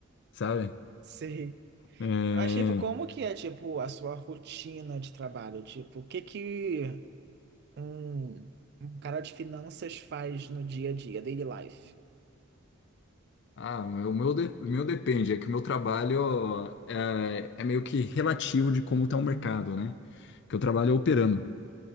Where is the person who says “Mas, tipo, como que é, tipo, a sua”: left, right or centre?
Right